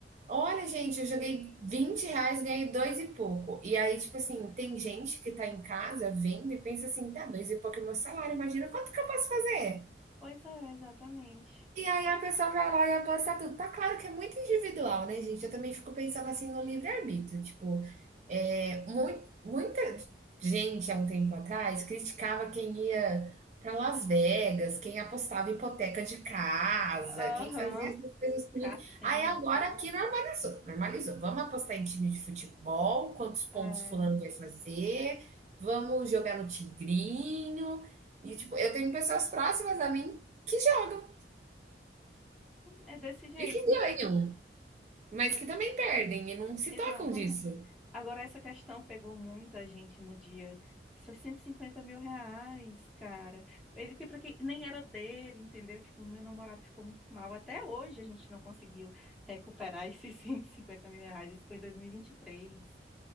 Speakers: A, on the right (about 40°); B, in the centre.
A: olha, gente, eu joguei 20 reais, ganhei dois e pouco. E aí, tipo assim, tem gente que tá em casa vendo e pensa assim, tá, dois e pouco é meu salário, imagina quanto que eu posso fazer?
B: Pois é, exatamente.
A: E aí a pessoa vai lá e aposta tudo. Tá claro que é muito individual, né, gente? Eu também fico pensando assim no livre-arbítrio. Tipo, é, muito, muita gente há um tempo atrás criticava quem ia para Las Vegas, quem apostava hipoteca de casa,
B: Aham.
A: quem fazia essas coisas tudo.
B: Cassino
A: Aí agora
B: e tudo.
A: aqui normalizou, normalizou. Vamos apostar em time de futebol, quantos pontos
B: É,
A: fulano vai fazer, vamos jogar no tigrinho. E, tipo, eu tenho pessoas próximas a mim que jogam.
B: é, é desse jeito.
A: E que ganham, mas que também perdem e não se
B: Exatamente.
A: tocam disso.
B: Agora, essa questão pegou muita gente no dia. Só 150 mil reais, cara. Ele que para quem nem era dele, entendeu? Tipo, meu namorado ficou muito mal. Até hoje a gente não conseguiu recuperar <laughs> esses 150 mil reais. Isso foi em dois mil e e vinte e três